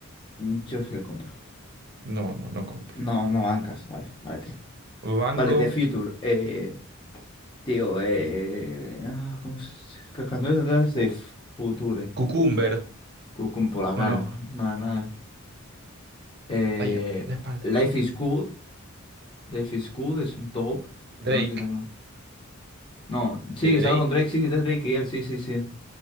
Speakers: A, on the left (about 25°); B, on the right (about 50°).
A: yo sí lo compro.
B: No, no, no compro.
A: No, no bancas. Vale, vale, tío.
B: Banco,
A: Vale, The Future. Eh, tío, eh... ah, ¿Cómo se...? ¿Qué canción es The Future?
B: Cucumber.
A: Cucum por la
B: ¿O
A: cara.
B: no?
A: Nada, nada. Eh,
B: Allá, la espalda.
A: Life is Good. Life is Good es un top.
B: Drake,
A: Pero no sé si era con... No,
B: de
A: sí, estaba
B: Drake,
A: con Drake. Sí, de Drake y él. Sí, sí, sí.